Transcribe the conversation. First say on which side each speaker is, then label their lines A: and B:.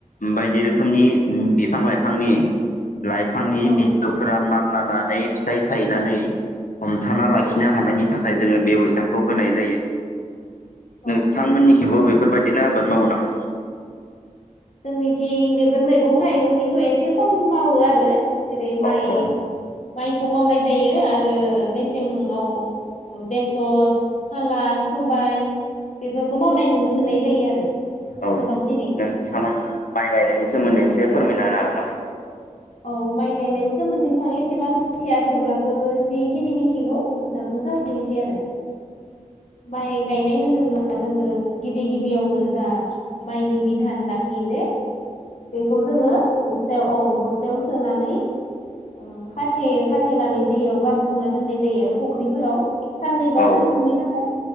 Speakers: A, on the left; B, on the left.
A: बायदि रो खोमनि बिफां लाइफांनि लाइफांनि
B: औ
A: बिजौफोरा मानला नानै फिथाइ थायनानै हमथाना
B: औ
A: लाखिनो हानायनि थाखाय जोङो बे बैसांखौ होनाय जायो।
B: नंगौ
A: नोंथांमोननिखिबो
B: नंगौ
A: बेफोरबायदिना बाद मावो नामा
B: जोंनिथिं बेफोर मैगं थाइगंनिखौ एसे खम मावो आरो जेरै माइ
A: औ औ
B: माइखौ मावनाय जायो आरो मेसेंआव ओ बेसर, खाला, सबाय बेफोरखौ मावनाय नुनो मोननाय जायो आरो।
A: औ
B: गोबांसिनै
A: नोंथाङा माइ गायनायनि सोमोन्दै एसे फोरमायना होनो हागोन नामा?
B: औ माइ गायनायनि सोमोन्दैथ' आं एसेबां मिथिया थेवब्लाबो जिखिनि मिथिगौ नोंथांजों सावायनोसै आरो। माइ गायनाय होनोब्ला जोङो गिबि गिबियावनो जा माइनि बिधान लाखियो जे बेखौ जोङो बे <unintelligible> औ बस्थायाव सोनानै ओ खाथेयो खाथेनानै दैयाव गारसोमना दोननाय जायो आरो फुख्रिफोराव साननै
A: हागोन
B: बा
A: नामा? औ
B: सानथामनि थाखाय